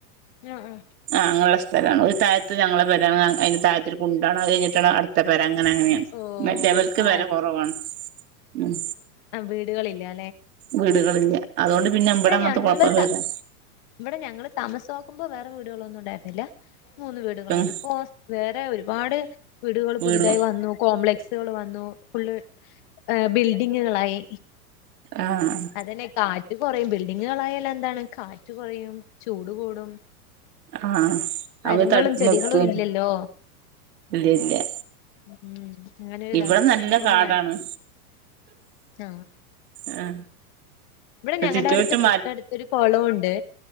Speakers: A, on the left (about 30°); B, on the right (about 80°).
A: ആ ആ
B: ആഹ് അങ്ങനൊള്ള സ്ഥലാണ് ഒരു താഴത്ത് ഞങ്ങളടെ പെരാണ് അതിന്റെ താഴത്തൊരു കുണ്ടാണ് അത് കഴിഞ്ഞിട്ടാണ് അടുത്ത പെര അങ്ങനെ അങ്ങനെയാ
A: ഓഹ്
B: മറ്റവർക്ക്
A: ആഹ്
B: പെര കൊറവാണ് ഉം
A: അ വീടുകളില്ലാ
B: വീടുകളില്ല്യ അതുകൊണ്ട് പിന്നെ ഇവിടെ അങ്ങനത്തെ
A: ഞങ്ങള്
B: കൊഴപ്പം
A: ത
B: വര്വാ
A: ഇവിടെ ഞങ്ങള് താമസാക്കുമ്പോ വേറെ വീടുകളൊന്നും ഉണ്ടായിരുന്നില്ല മൂന്ന് വീടുകളാണ്
B: ഉം
A: ഇപ്പോ വേറെ ഒരുപാട് വീടുകൾ
B: വീട്
A: പുതുതായി വന്നു കോംപ്ലക്സുകൾ വന്നു ഫുള്ള് ഏഹ് ബിൽഡിങ്ങുകളായി
B: ആഹ്
A: അതന്നെ കാറ്റ് കൊറയും ബിൽഡിങ്ങുകളായാല് എന്താണ് കാറ്റ് കൊറയും ചൂട് കൂടും
B: ആഹ്
A: മരങ്ങളും
B: അവര് തടുത്ത്
A: ചെടികളും
B: നിർത്തും
A: ഇല്ലല്ലോ
B: ഇല്ലില്ല്യ
A: ഉം അങ്ങനൊരിതാണ്
B: ഇവിടെ നല്ല
A: ഇനിയിപ്പോ
B: കാടാണ്
A: മഴ ആഹ്
B: ആ
A: ഇവിടെ ഞങ്ങടടുത്ത്
B: ചുറ്റുവട്ടം
A: തൊട്ടടുത്തൊരു കൊളവുണ്ട്